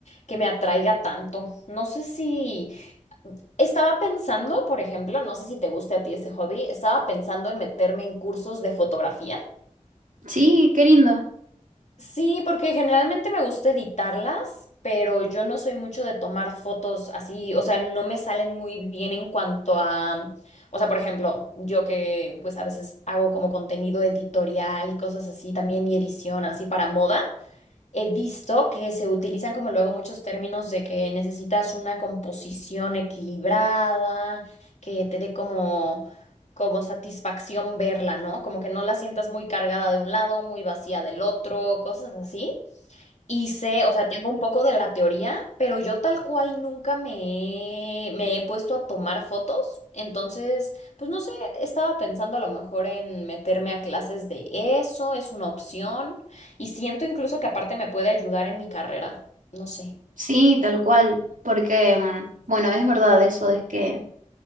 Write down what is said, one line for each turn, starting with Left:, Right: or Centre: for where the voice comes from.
Left: que me atraiga tanto. No sé si estaba pensando, por ejemplo, no sé si te guste a ti ese hobby, estaba pensando en meterme en cursos de fotografía
Right: Sí, qué lindo.
Left: Sí, porque generalmente me gusta editarlas, pero yo no soy mucho de tomar fotos así, o sea, no me salen muy bien en cuanto a, o sea, por ejemplo, yo que pues a veces hago como contenido editorial y cosas así también y edición así para moda. He visto que se utilizan como luego muchos términos de que necesitas una composición equilibrada, que te dé como, como satisfacción verla, ¿no? Como que no la sientas muy cargada de un lado, muy vacía del otro, cosas así. Y sé, o sea, tengo un poco de la teoría, pero yo tal cual nunca me he, me he puesto a tomar fotos. Entonces, pues no sé, estaba pensando a lo mejor en meterme a clases de eso, es una opción. Y siento incluso que aparte me puede ayudar en mi carrera. No sé.
Right: Sí, tal cual. Porque, mm, bueno, es verdad eso, es que